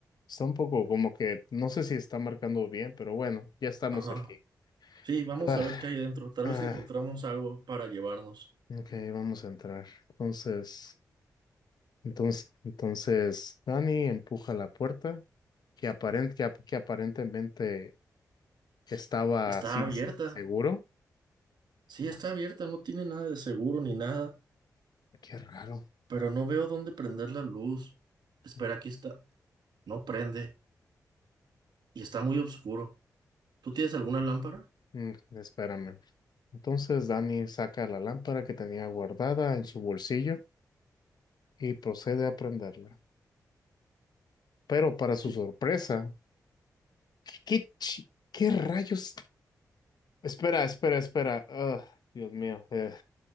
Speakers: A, on the left; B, on the right.
A: está un poco como que, no sé si está marcando bien, pero bueno, ya estamos
B: Ajá.
A: aquí.
B: Sí, vamos
A: Ah,
B: a ver qué hay dentro. Tal
A: ah.
B: vez encontramos algo para llevarnos.
A: Ok, vamos a entrar. Entonces, entonces, entonces, Dani empuja la puerta, que, aparent, que, ap- que aparentemente estaba
B: Está
A: sin,
B: abierta.
A: sin- sin seguro.
B: Sí,
A: No,
B: está abierta. No tiene nada de seguro ni nada.
A: qué raro.
B: Pero no veo dónde prender la luz. Espera,
A: Mm,
B: aquí está. No prende. Y está muy oscuro. ¿Tú tienes alguna lámpara?
A: mm, espérame. Entonces, Dani saca la lámpara que tenía guardada en su bolsillo y procede a prenderla. Pero para su
B: ¿Qué,
A: sorpresa, ¿qué, chi- qué rayos? Espera, espera, espera. Ah, Dios mío. eh,